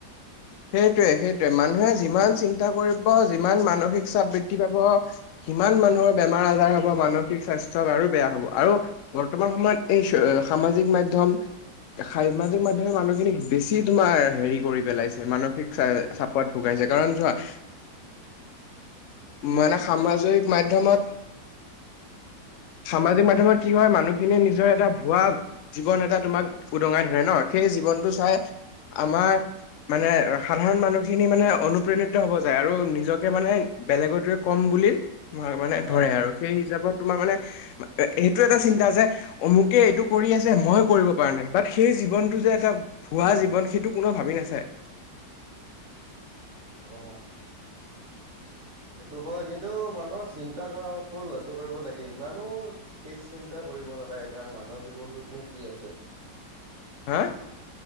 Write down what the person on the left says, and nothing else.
সেইটোৱে সেইটোৱে মানুহে যিমান চিন্তা কৰিব, যিমান মানসিক চাপ বৃদ্ধি পাব সিমান মানুহৰ বেমাৰ আজাৰ হ'ব মানসিক স্বাস্থ্য আৰু বেয়া হ'ব। আৰু বৰ্তমান সময়ত এই সামাজিক মাধ্যম-। সামাজিক মাধ্যমে মানুহখিনিক বেছি তোমাৰ হেৰি কৰি পেলাইছে। মানসিক চ চাপত ভুকাইছে কাৰণ চোৱা-। মানে সামাজিক মাধ্যমত-। সামাজিক মাধ্যমত কি হয় মানুহখিনিয়ে নিজৰ এটা ভুৱা-। জীৱন এটা তোমাক উদঙাই ধৰে ন সেই জীৱনটো চাই আমাৰ-। মানে সাধাৰণ মানুহখিনি মানে অনুপ্ৰেণিত হ'ব যায় আৰু নিজকে মানে বেলেগটোৱে ক'ম বুলি-। তোমাৰ মানে ধৰে
আৰু সেই হিচাপত তোমাৰ মানে সেইটো এটা চিন্তা যে-। অমুকে এইটো কৰি আছে মই কৰিব পৰা নাই। বাট সেই জীৱনটো যে এটা-। ভুৱা জীৱন সেইটো কোনেও ভাবি নাচায়।
হা।